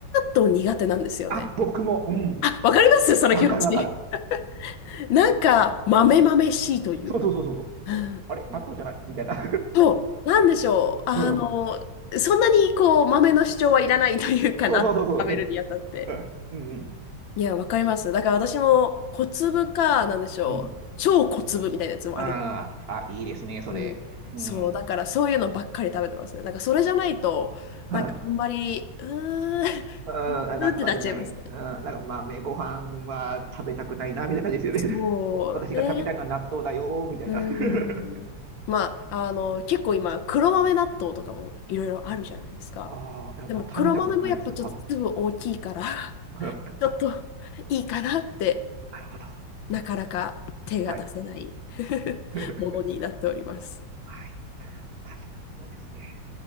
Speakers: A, on the left; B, on the right.
A: 納豆苦手なんですよね。
B: あ、僕も、うん。
A: あ、わかります <laughs> その気持ち。
B: わかるわかる。
A: <laughs> なんか、豆豆しいというか。
B: うん。そうそうそうそうそう。
A: うん
B: あれ納豆じゃないみたいな。
A: そう、なんでしょう。あの、
B: <laughs> うん。
A: そんなにこう、豆の主張はいらないというかな、
B: そうそうそうそうね。
A: 食べるにあたって。
B: うん。うん
A: いや、わかります。だから私も、小粒か、なんでしょう。
B: うん。うん。
A: 超小粒みたいなやつもある。
B: ああ、あ、いいですね、それ。
A: うん、
B: うん。
A: そう、だからそういうのばっかり食べてますね。なんかそれじゃないと、
B: はい。
A: なんかあんまり、うーん、<laughs> う
B: うん、あ納豆じゃない。
A: ーんってなっちゃいますね。
B: うん、なんか豆ご飯は食べたくないな、みたいな感じですよね。
A: そうね。
B: <laughs> 私が食べたいのは納豆だよ、みたいな。
A: うん。
B: <laughs>
A: まあ、あの、結構今、黒豆納豆とかもいろいろあるじゃないですか。
B: ああ、いやまあ、
A: でも黒豆もやっぱちょっと粒大きいから
B: 食べたことないですよ。はい
A: <laughs>
B: <laughs>
A: ちょっと
B: あ、
A: いいかなって、
B: なるほど。
A: なかなか手が出せない
B: はい。
A: <laughs>
B: <laughs>
A: ものになっております。
B: はい。確かにそうですね。